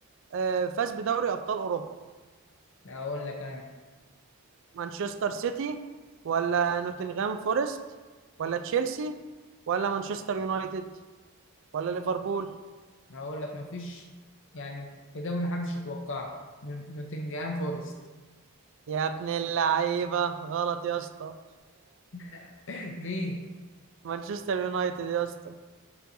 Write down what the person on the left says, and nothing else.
اقول لك انا
اقول لك مفيش يعني اجابه محدش يتوقعها نو- نوتنجهام فورست
<laughs> مين